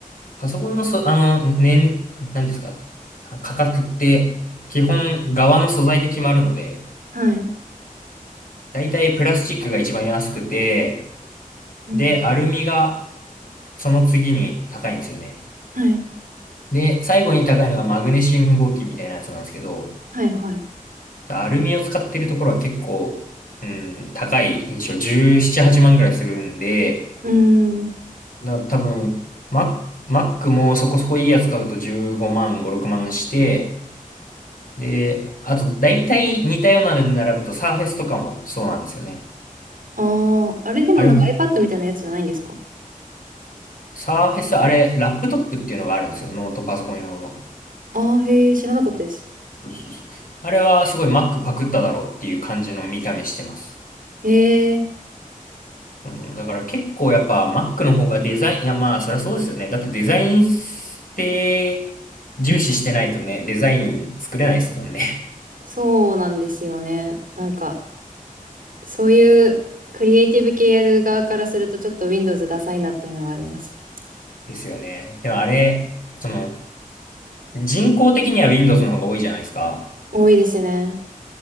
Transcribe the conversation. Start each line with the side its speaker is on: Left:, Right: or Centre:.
Left: パソコンのそ、あの、年、なんですか、価格って、基本、側の素材で決まるので、
Right: はい。
Left: だいたいプラスチックが一番安くて、
Right: うん。
Left: で、アルミがその次に高いんですよね。
Right: はい。
Left: で、最後に高いのがマグネシウム合金みたいなやつなんですけど、
Right: はいはい。
Left: アルミを使ってるところは結構、うん、高い印象17、8万ぐらいするんで、
Right: うーん。
Left: だから多分、マ、マックもそこそこいいやつ買うと15万、5、6万して、で、あと、大体似たようなので並ぶとサーフェスとかもそうなんですよね。
Right: ああ、あれでもなんか
Left: アルミ、
Right: iPad みたいなやつじゃないんですか
Left: サーフェス、あれ、ラップトップっていうのがあるんですよ。ノートパソコン用の。
Right: ああー、へえ、知らなかったです。
Left: そうそうそうあれはすごい Mac パクっただろうっていう感じの見た目してます。
Right: へえ、
Left: うん、だから結構やっぱ Mac の方がデザイン、いやまあそりゃそうですよね。だってデザインって重視してないとね、デザイン作れないですもんね。
Right: そうなんですよね。なんか、そういうクリエイティブ系やる側からするとちょっと Windows ダサいなっていうのはありますね。
Left: <laughs> ですよね。でもあれ、その人工的には Windows の方が多いじゃないですか。
Right: 多いですね。